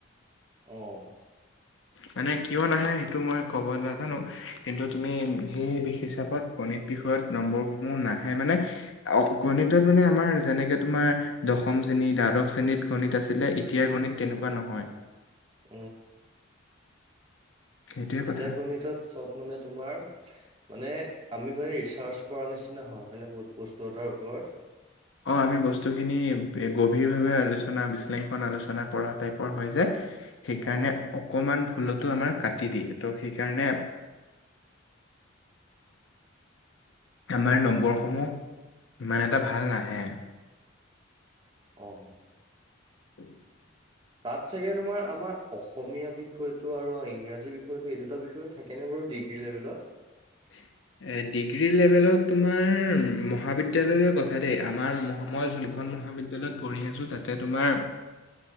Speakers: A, on the right; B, on the left.
A: অ'।
B: মানে কিয় নাহে সেইটো মই ক'ব নাজানোঁ। কিন্তু তুমি সেই বি- হিচাপত গণিত বিষ ত নম্বৰসমূহ নাহে, মানে অ'- গণিতত মানে আমাৰ যেনেকে তোমাৰ দশম শ্ৰেণী দ্বাদশ শ্ৰেণীত গণিত আছিলে, এতিয়াৰ গণিত তেনেকুৱা নহয়।
A: <inaudible>
B: সেইটোৱে
A: এতিয়া
B: কথা।
A: গণিতত চব মানে তোমাৰ মানে আমি মানে ৰি ছাৰ্চ কৰা নিচিনা হয়, হয়নে ব- বস্তু এটাৰ ওপৰত?
B: অ' আমি বস্তুখিনি বে- গভীৰভাৱে আলোচনা বিশ্লেষণ আলোচনা কৰা টাইপৰ হয় যে। সেইকাৰণে
A: অ
B: অকমান ভুলতো আমাৰ কাটি দিয়ে, তো সেইকাৰণে আমাৰ নম্বৰসমূহ ইমান এটা ভাল নাহে।
A: অ'।
B: <inaudible>
A: তাত চাগে তোমাৰ আমাৰ অসমীয়া বিষয়টো আৰু ইংৰাজী বিষয়টো এই দুটা বিষয়ো থাকে নে বাৰু ডিগ্ৰী লেভেলত?
B: <inaudible> এ ডিগ্ৰী লেভেলত তোমাৰ মহাবিদ্যালয় লৈ কথা দেই। আমাৰ মহ- মই যোন খন মহাবিদ্যালয়ত পঢ়ি আছোঁ, তাতে তোমাৰ